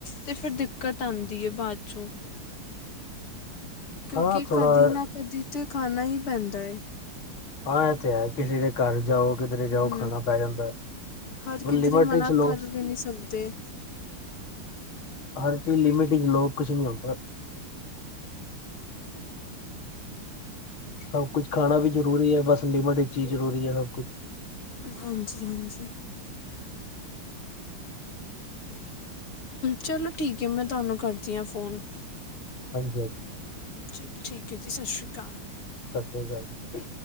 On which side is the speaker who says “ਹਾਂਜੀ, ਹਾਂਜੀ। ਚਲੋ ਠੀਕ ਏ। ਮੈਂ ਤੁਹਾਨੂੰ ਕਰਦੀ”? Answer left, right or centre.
Left